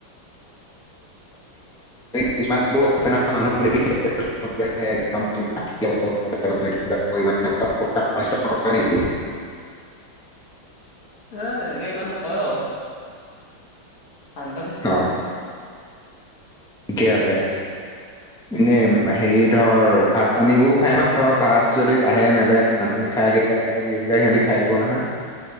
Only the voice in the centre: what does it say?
কিছুমান আছে নহয় মানুহ <unintelligible> একদম লাঠি এবাৰ ওচৰলৈ গ'লে কিবা কৰি মানে অলপ প্ৰকাৰ অনিষ্ট কৰে নেকি?
অ
ঠিকে আছে। এনেই হেৰি ধৰ, ভাত পানী বোৰ খাই নহয়, ধৰ ভাত যদি বাঢ়ে মেলে মানুহে? খাই, কেতিয়াবা সিহঁতক দি দিলে, সিহঁতি খাই দিব নহয়।